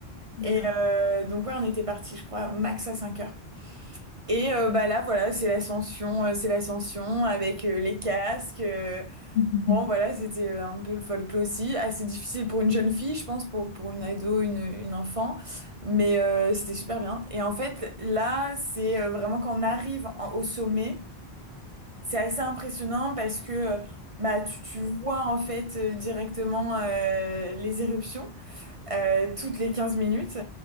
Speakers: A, on the left (about 65°); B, on the right (about 40°).
A: D'accord.
B: Et euh, donc ouais, on était parti, je crois, max à 5 heures. Et euh, bah là, voilà, c'est l'ascension, euh, c'est l'ascension avec euh, les casques. euh,
A: <laughs> Mhm.
B: Bon, voilà, c'était euh, un peu le folklore aussi. Assez difficile pour une jeune fille, je pense, pour, pour une ado, une, une enfant. Mais euh, c'était super bien. Et en fait, là, c'est euh, vraiment quand on arrive en- au sommet, c'est assez impressionnant parce que euh, bah, tu, tu vois en fait euh, directement euh, les éruptions euh, toutes les 15 minutes.